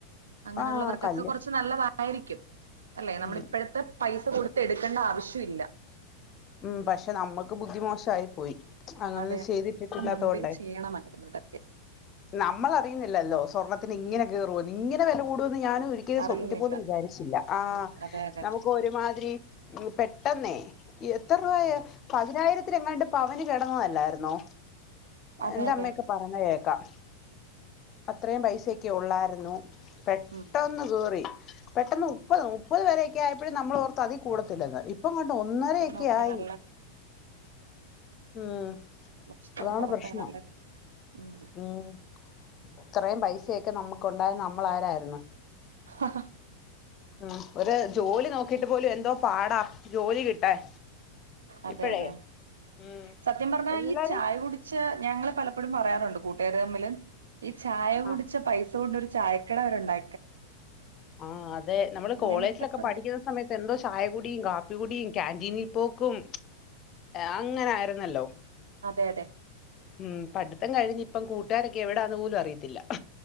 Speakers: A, on the right; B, on the left.
A: അങ്ങനെള്ളവർക്കൊക്കെ
B: ആ കല്ല്
A: കുറച്ച് നല്ലതായിരിക്കും അല്ലെ നമ്മളിപ്പഴത്തെ
B: ഉം
A: പൈസ കൊടുത്ത് എടുക്കണ്ട ആവശ്യം ഇില്ല
B: ഉം പക്ഷെ നമ്മക്ക് ബുദ്ധിമോശായി പോയി അങ്ങനൊന്നും
A: അതെ
B: ചെയ്തിട്ടിട്ടില്ലാത്ത
A: ഇതൊക്കെ മുൻപേ
B: കൊണ്ടേ
A: ചെയ്യണമായിരുന്നു ഇതൊക്കെ
B: നമ്മളറിയുന്നില്ലല്ലോ സ്വർണത്തിന് ഇങ്ങനെ കേറൂന്ന് ഇങ്ങനെ വില കൂടുന്ന് ഞാനൊരി ക്
A: അറിയുന്നില്ല
B: സ്വപ്നത്തി പോലും വിചാരിച്ചില്ല ആഹ്
A: അതെ അതെ
B: നമുക്ക് ഒര്മാതിരി പെ പെട്ടെന്നേ എത്ര രൂപയാ പതിനായിരത്തിനെങ്ങാണ്ട് പവന് കെടന്നതല്ലാരുന്നോ
A: അതെ
B: എന്റെ
A: അതെ
B: അമ്മയൊക്കെ പറഞ്ഞ കേക്കാം അത്രേം പൈസൊക്കെ ഉള്ളാരുന്നു പെട്ടന്ന്
A: ഉം
B: കേറി പെട്ടന്ന് മുപ്പത് മു പതു വരൊക്കെ ആയപ്പഴും നമ്മള് ഓർത്ത് അതി കൂടത്തില്ലെന്ന് ഇപ്പങ്ങട് ഒന്നരേ
A: ഇപ്പ
B: ഒക്കെ
A: നോക്കിയ
B: ആയി
A: നല്ല
B: ഉം
A: <unintelligible>
B: അതാണ്
A: പൊറത്തായി
B: പ്രശ്നം
A: നല്ല ഉം
B: ഉം ഇത്രേം പൈസയൊക്കെ നമ്മുക്ക് ണ്ടായിന്ന നമ്മളാരാര്ന്നു
A: ആഹഹാ
B: ഉം ഒര് ജോലി നോക്കീട്ട് പോലും എന്തോ പാടാ ജോലി കിട്ടാൻ
A: അതെ
B: ഇപ്പഴേ
A: അതെ
B: ഉം
A: സത്യം പറഞ്ഞാ
B: എല്ലാരും
A: ഈ ചായ കുടി ച്ച ഞങ്ങൾ പലപ്പഴും പറയാറുണ്ട് കൂട്ടാര് തമ്മിൽ ഈ ചായ കുടിച്ച
B: ആ
A: പൈ സോടൊരു ചായക്കട വരെ ഉണ്ടാ
B: ആഹ് അതെ നമ്മള്
A: അങ്ങനത്തെ
B: കോളേജിലൊക്കെ
A: കൊറെ
B: പഠിക്കുന്ന സമയത്ത് എന്തോ ചായ കുടിം കാപ്പി കുടിം ക്യറ്റീനി പോക്കും അങ്ങനാരുന്നല്ലോ
A: അതെ അതെ
B: ഉം പഠിത്തം കഴിഞ്ഞ് ഇപ്പം കൂട്ടാരൊക്കെ എവിടാന്ന് പോലും അറിയത്തില്ല